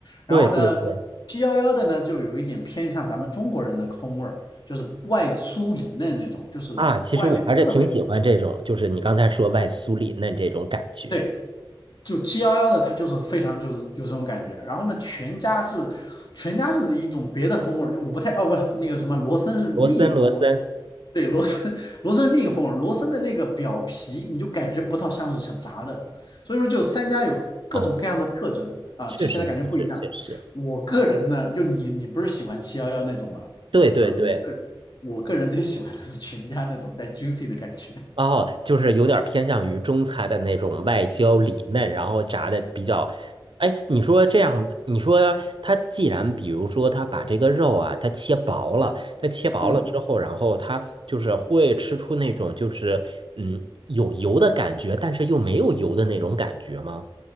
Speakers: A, on the left; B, on the right.
A: 然后呢七幺幺的呢，
B: 对对对，
A: 就有一点偏向咱们中国人的风味儿，就是外酥里嫩那种，就是外面特别
B: 啊，其实我还是挺喜欢这种，就是你刚才说外酥里嫩这种感觉。
A: 对，就七幺幺的它就是非常就是有这种感觉。然后呢，全家是全家是一种别的风味儿，就我不太哦不那个什么罗森是另一个风味儿。
B: 罗森，罗森。
A: 对，罗森，<laughs> 罗森是另一风味儿罗森的那个表皮你就感觉不到像是炸的，所以说就三家有各种各样的特征啊，
B: 哦。确实，
A: 吃起来感觉不一样。
B: 确实，确实，
A: 我个人呢，就你你不是喜欢七幺幺那种吗？
B: 对对对，
A: 啊，我个我个人最喜欢的是全家那种带 juicy 的感觉。
B: 哦，就是有点偏向于中餐的那种外焦里嫩，然后炸的比较，哎，你说这样，你说它既然比如说它把这个肉啊，它切薄了，它切薄了之后，
A: <laughs> 嗯。
B: 然后它就是会吃出那种就是嗯有油的感觉，但是又没有油的那种感觉吗？